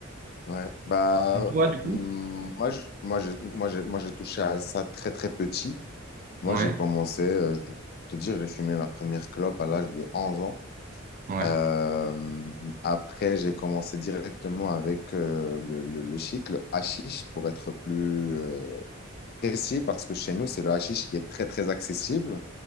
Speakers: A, on the left; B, on the right.
A: Ouais. Bah,
B: Et toi du coup?
A: hum, moi, je- moi, j'ai, moi, j'ai, moi, j'ai touché à ça très, très petit. Moi,
B: Ouais,
A: j'ai commencé, euh, je vais te dire, j'ai fumé ma première clope à l'âge de 11 ans.
B: ouais.
A: Euh, après, j'ai commencé directement avec euh, le, le, le shit, le hashish, pour être plus, euh, précis parce que chez nous, c'est le hashish qui est très, très accessible.